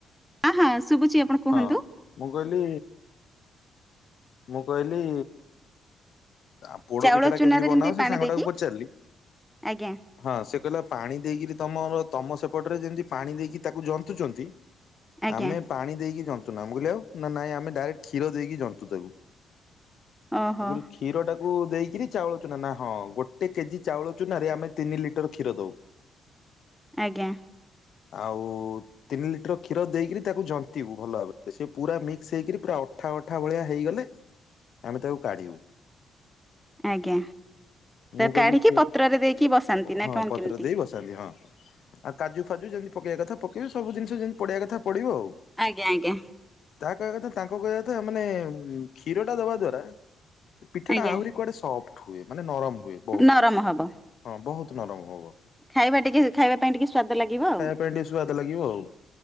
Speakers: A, in the centre; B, on the left.
A: ଆ ହଁ ଶୁବୁଚି ଆପଣ କୁହନ୍ତୁ
B: ହଁ ମୁଁ କହିଲି ମୁଁ କହିଲି ଆ ପୋଡ
A: ଚାଉଳ
B: ପିଠା ଟା
A: ଚୁନାରେ
B: କେମିତି ବନାହୋଉଛି
A: ଯେମିତି
B: ସେ
A: ପାଣି
B: ସାଙ୍ଗ
A: ଦେଇକି
B: ଟାକୁ ପଚାରିଲି
A: ଆଜ୍ଞା
B: ହଁ ସେ କହିଲା ପାଣି ଦେଇକିରି ତମର ତମ ସେପଟରେ ଯେମତି ପାଣି ଦେଇକି ତାକୁ ଜନ୍ତୁଛନ୍ତି
A: ଆଜ୍ଞା
B: ଆମେ ପାଣି ଦେଇକି ଜନ୍ତୁ ନା ମୁଁ କହିଲି ଆଉ ନା ନାଇଁ ଆମେ ଡାଇରେକ୍ଟ କ୍ଷୀର ଦେଇକି ଜନ୍ତୁ ତାକୁ।
A: ଓହୋ
B: <unintelligible> କ୍ଷୀରଟାକୁ ଦେଇକରି ଚାଉଳ ଚୁନା ନା ହଁ ଗୋଟେ କେଜି ଚାଉଳ ଚୁନାରେ ଆମେ ତିନି ଲିଟର କ୍ଷୀର ଦଉ।
A: ଆଜ୍ଞା।
B: ଆଉ ତିନି ଲିଟର କ୍ଷୀର ଦେଇକରି ତାକୁ ଜନ୍ତି ବୁ ଭଲ ଭାବରେ ସେ ପୁରା ମିକ୍ସ ହେଇକରି ପୁରା ଅଠା ଅଠା ଭଳିଆ ହେଇଗଲେ ଆମେ ତାକୁ କାଢିବୁ।
A: ଆଜ୍ଞା
B: ମୁଁ
A: ତ
B: କହିଲି
A: କାଢିକି
B: ଟେ
A: ପତ୍ରରେ ଦେଇକି ବସାନ୍ତି ନା
B: ହଁ
A: କଣ
B: ପତ୍ର
A: କେମିତି?
B: ଦେଇ ହଁ ଆଉ କାଜୁ ଫାଜୁ ଯେମିତି ପକେଇବା କଥା ପକେଇବେ ସବୁ ଜିନିଷ ଯେମିତି ପଡିବା କଥା ପଡିବ ଆଉ।
A: ଆଜ୍ଞା ଆଜ୍ଞା।
B: ଯାହା କହିବା କଥା ତାଙ୍କ କହିବା କଥା ମାନେ କ୍ଷୀର ଟା ଦବା ଦ୍ଵାରା ସେ ପିଠାଟା
A: ଆଜ୍ଞା
B: ଆହୁରି କୁଆଡେ ସଫ୍ଟ ହୁଏ ମାନେ ନରମ ହୁଏ। ବହୁତ।
A: ନରମ ହବ।
B: ହଁ ବହୁତ ନରମ ହବ।
A: ଖାଇବା ଟିକେ ଖାଇବା ପାଇଁ ଟିକେ ସ୍ଵାଦ ଲାଗିବ ଆଉ
B: ଖାଇବା ପାଇଁ ଟିକେ ସୁଆାଦ ଲାଗିବ ଆଉ